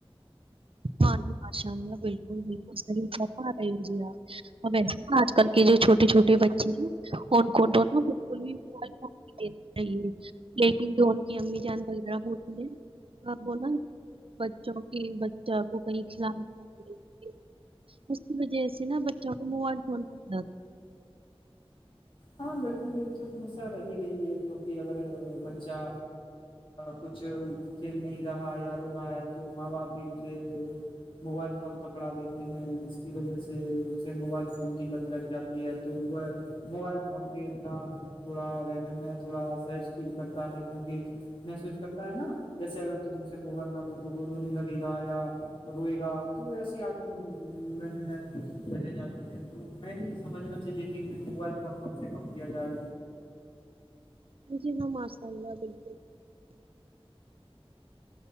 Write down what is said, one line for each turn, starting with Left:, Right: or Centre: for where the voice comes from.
Right: ہاں جی ماشاء اللہ بلکل بلکل صحیح فرمارہے جی آپ ہمسے آج کل کے جو چھوٹے چھوٹے بچے ہیں ان کو دونوں بلکل بھی صحیح لیکن جو ان کی امی جان وغیرہ ہوتی ہے <inaudible> اس کی وجہ سے نا بچوں کو موبائل فون پر <inaudible>
Left: ہاں بلکل بلکل ہمیشہ رہ گئی ہے کیونکہ اگر بچہ کچھ کھیل نہیں رہا یا رو رہا ہے تو ماں باپ بھی اسے موبائل فون پکڑا دیتے ہیں جس کی وجہ سے اسے موبائل فون کی لت لگ جا یی ہے تو وہ موبائل ان کے بنا تھوڑا رہنے میں تھوڑا سہج فیل کرتا ہے کیونکہ محسوس کرتا ہے نا جیسے اگر تم اسے موبائل نہ دو تو وہ رونے لگے گا یا روئے گا تو ایسی آج میں رہ جاتی ہے تو ہمیں نہیں سمجھنا چاہیے کہ میں موبائل فون کم سے کم دیا جائے
Right: جی ہاں ماشاء اللہ بلکل